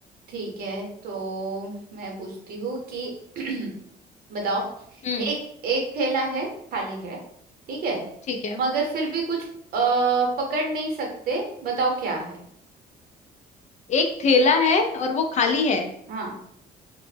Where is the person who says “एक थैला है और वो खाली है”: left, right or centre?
Left